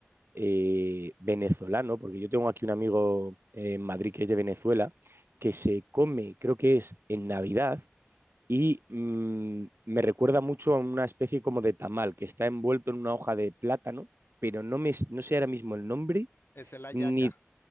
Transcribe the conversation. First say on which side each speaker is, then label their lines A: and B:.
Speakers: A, on the right (about 65°); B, on the left (about 60°).
A: eh, venezolano, porque yo tengo aquí un amigo en Madrid que es de Venezuela, que se come, creo que es en Navidad, y mm, me recuerda mucho a una especie como de tamal que está envuelto en una hoja de plátano, pero no, me, no sé ahora mismo el nombre
B: Esa es la yaca.
A: ni,